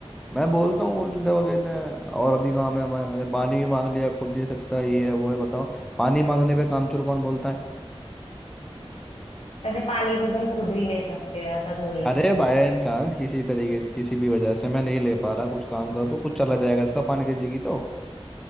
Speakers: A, in the centre; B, on the left.
A: मैं बोलता हूँ उल्टा जवाब देते हैं और अभी काम है हमारे मैंने पानी भी मांग लिया खुद दे सकता है ये है वो है बताओ पानी मांगने पे कामचोर कौन बोलता है
B: ऐसे पानी तो तुम खुद भी ले सकते हो ऐसा थोड़ी
A: अरे
B: है
A: बाय चांस किसी तरीके से किसी भी वजह से मैं नहीं ले पा रहा कुछ काम का तो कुछ चला जाएगा इसका पानी दे देगी तो